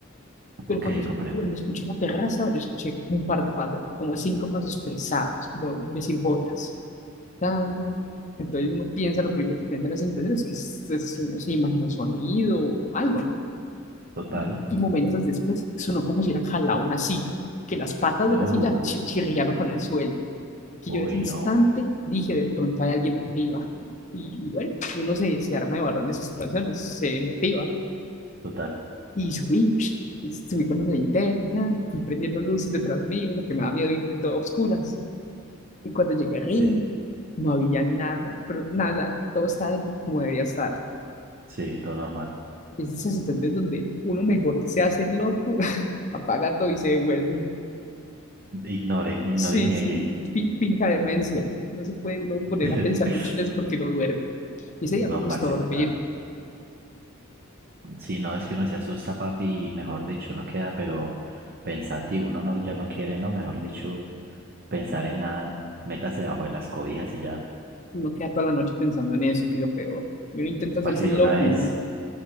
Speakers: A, on the left (about 35°); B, on the right (about 45°).
A: Pero
B: Ok,
A: cuando,
B: comprendo.
A: cuando escuché la terraza, yo escuché un par de pasos, como cinco pasos pesados, como decir botas. Tan, tan. Entonces uno piensa, lo primero que piensa en esa situación es que es- es- uno se imaginó sonido o algo, ¿no?
B: Total.
A: Y, y momentos después sonó como si hubieran jalado una silla, que las patas
B: Uy,
A: de la silla chi- chirriaron con el suelo. Que
B: uy,
A: yo en ese instante
B: no.
A: dije, de pronto hay alguien arriba. Y, y bueno, uno se, se arma de valor en esas situaciones, se motiva.
B: Total.
A: Y subí, subí con la linterna, fui prendiendo luces detrás mío porque me da miedo ir de todo a oscuras. Y cuando llegué arriba,
B: Sí,
A: no había nada, pero nada, todo estaba como debía estar.
B: sí, todo normal.
A: Es de esas situaciones donde uno mejor se hace el loco, <laughs> apaga todo y se devuelve.
B: Ignore, ignore
A: Sí,
B: y niegue.
A: sí, fi- finca demencia. No se puede uno poner
B: <laughs>
A: a pensar mucho en eso porque no duerme. Y ese día
B: No,
A: me costó
B: parce,
A: dormir.
B: total. Sí, no, es que uno se asusta, papi, y mejor dicho, uno queda, pero pensativo, uno no, ya no quiere, no, mejor dicho, pensar en nada, métase bajo de las cobijas y ya.
A: Uno queda toda la noche pensando en eso, que es lo peor. Y uno intenta hacerse
B: Parce,
A: el
B: yo
A: loco
B: una vez,
A: y no.